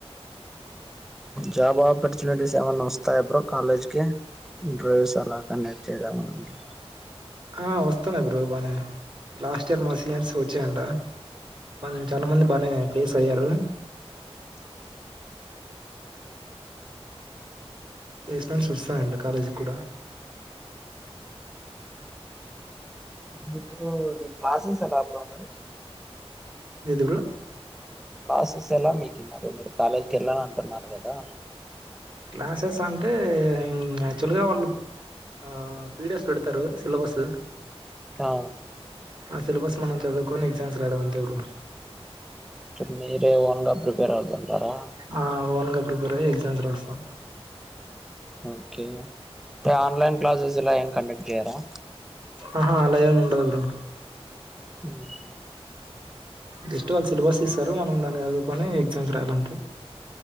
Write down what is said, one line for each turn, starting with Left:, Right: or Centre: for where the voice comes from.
Centre: జాబ్ ఆపర్చునిటీస్ ఏమన్నా వస్తాయా బ్రో కాలేజ్కి ఇంటర్వ్యూస్ అలా కండెక్ట్ చేయడం అలాంటి
Right: ఆ వస్తున్నాయి బ్రో బానే లాస్ట్ ఇయర్ మా సీనియర్స్ కి వచ్చాయంట వాల్ చాలా మంది బానే ప్లేస్ అయ్యారు
Centre: ఆ
Right: ప్లేస్‌మెంట్లు వాస్తాయంట కాలేజీకి కూడా
Centre: మీకూ ఈ క్లాసెస్ ఎలా బ్రో మరి
Right: ఎంది బ్రో
Centre: క్లాసెస్ ఎలా మీకి మరి మీరు కాలేజ్కి వెళ్ళా అంటున్నారు కదా
Right: క్లాసెస్ అంటే ఊ యాక్చువల్ గా వాళ్ళు ఆ పిడిఎస్ పెడతారు సిలబస్
Centre: ఆ
Right: ఆ సిలబస్ మనం చదువుకని ఎగ్జామ్స్ రాయడం అంతెవురు
Centre: మీరేమన్నా ప్రిపేర్ అవుతుంటారా
Right: ఆ ఓన్ గా ప్రిపేర్ అయ్యి ఎగ్జామ్స్ రాస్తాం
Centre: ఓకే ఆన్లైన్ క్లాసెస్ ఇలా ఏం కండక్ట్ చేయరా
Right: ఆహా అలా ఎమ్ ఉండదు బ్రో
Centre: <inaudible>
Right: జస్ట్ వాళ్ళ సిలబస్ ఇస్తారు మనం దాన్ని చదువుకొని ఎగ్జామ్స్ రాయాలంతే